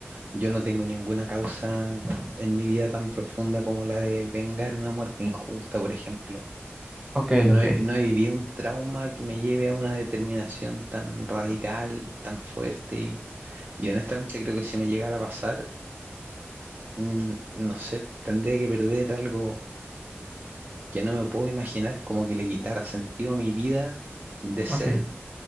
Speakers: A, on the right; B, on the right.
A: yo no tengo ninguna causa en mi vida tan profunda como la de vengar una muerte injusta, por ejemplo.
B: Ok,
A: No
B: ok,
A: he, no he vivido un trauma que me lleve a una determinación tan radical, tan fuerte y... Y honestamente creo que si me llegara a pasar, Mm, no sé, tendría que perder algo que no me puedo imaginar, como que le quitara sentido a mi vida de ser.
B: ok,